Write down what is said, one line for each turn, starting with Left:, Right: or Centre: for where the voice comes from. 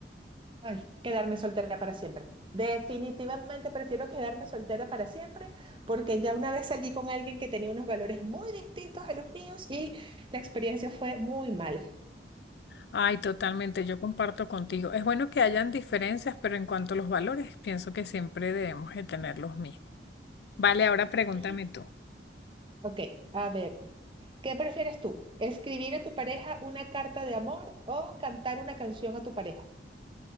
Right: Ay, quedarme soltera para siempre. Definitivamente prefiero quedarme soltera para siempre, porque ya una vez salí con alguien que tenía unos valores muy distintos a los míos y la experiencia fue muy mala.
Left: Ay, totalmente, yo comparto contigo. Es bueno que hayan diferencias, pero en cuanto a los valores, pienso que siempre debemos de tener los mismos. Vale, ahora pregúntame
Right: Sí,
Left: tú.
Right: Ok, a ver. ¿Qué prefieres tú? ¿Escribir a tu pareja una carta de amor o cantar una canción a tu pareja?